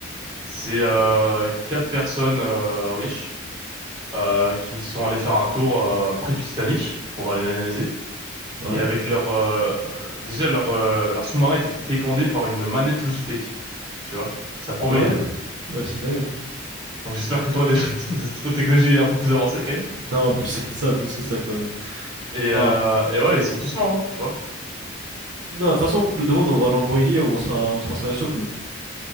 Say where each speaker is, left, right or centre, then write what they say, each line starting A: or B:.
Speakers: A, on the right; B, on the right.
A: C'est euh, quatre personnes euh, riches euh, qui sont allées faire un tour euh, près du Titanic pour aller l'analyser
B: Ouais.
A: et avec leur euh, déjà leur euh, leur sous-marin était télécommandé par une manette Logitech. Tu vois? Ça promet
B: Ah ouais?
A: déjà.
B: Ouais, c'est dingue.
A: Donc j'espère que toi déjà <laughs> tu as cette technologie un peu plus avancée quand même.
B: Non, plus que ça, plus que ça quand même.
A: Et, euh,
B: Non,
A: et ouais, ils sont tous morts, hein, tu vois.
B: non, de toute façon, le drone, on va l'envoyer, on sera, on sera sain et sauf, nous,